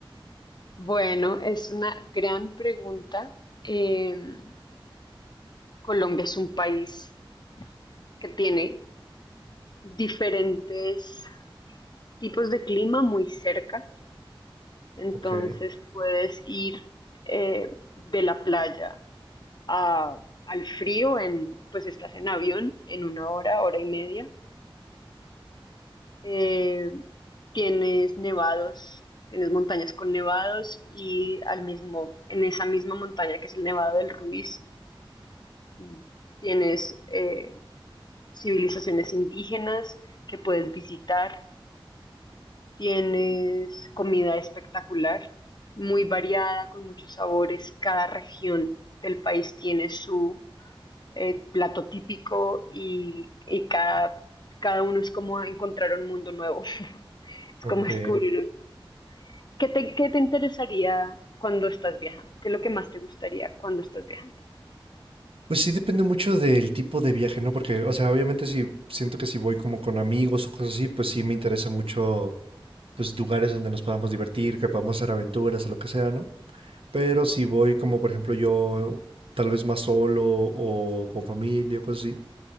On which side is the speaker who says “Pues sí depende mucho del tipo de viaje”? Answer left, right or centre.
Right